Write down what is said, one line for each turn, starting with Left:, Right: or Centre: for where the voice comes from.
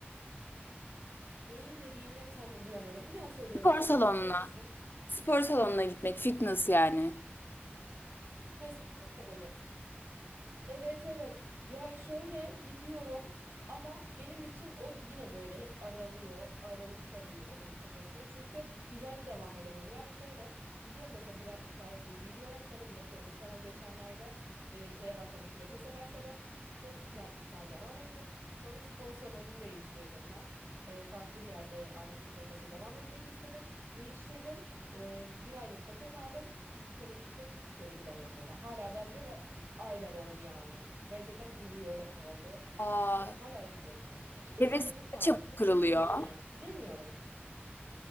Right: Neyi dediğini tam duyamadım. Bir daha söyleyebilir
Left: Spor salonuna.
Right: misin?
Left: Spor salonuna gitmek, fitness yani.
Right: Ha spor salonu. Evet evet. Ya şöyle gidiyorum ama benim için o yine böyle hep aralıyor, aralık kalıyor onun kafasında. Çünkü düzenli devam edemiyorum. Yani şöyle gidiyorum mesela bir ay iki ay full gidiyorum sonra bırakıyorum. Mesela geçenlerde e, şeye başladım pilatese başladım. Çok güzel iki ay devam ettim. Sonra spor salonunu değiştirdim ben. E, farklı bir yerde aletli pilatese devam etmek istedim. Değiştirdim. E, bir aylık paket aldım. İki kere gittim, iki kere gidemedim mesela. Hala daha duruyor ve aylar oldu yani. Gerçekten duruyor öyle kaldı.
Left: Aa,
Right: E, hala da gidemiyorum. Yani iki
Left: heves
Right: tanecik kaldı.
Left: çabuk
Right: Kanka
Left: kırılıyor.
Right: Gitsene. Gidemiyorum.